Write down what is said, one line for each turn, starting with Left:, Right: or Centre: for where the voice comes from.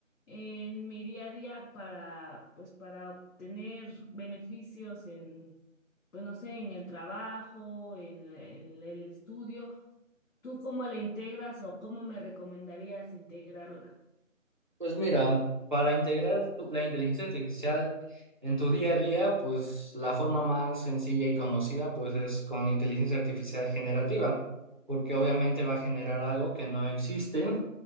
Left: en mi día a día para, pues, para obtener beneficios en, pues, no sé, en el trabajo, en, en el estudio. ¿Tú cómo la integras o cómo me recomendarías integrarla?
Right: Pues mira, para integrar tu- la inteligencia artificial en tu día a día, pues la forma más sencilla y conocida, pues es con inteligencia artificial generativa, porque obviamente va a generar algo que no existe,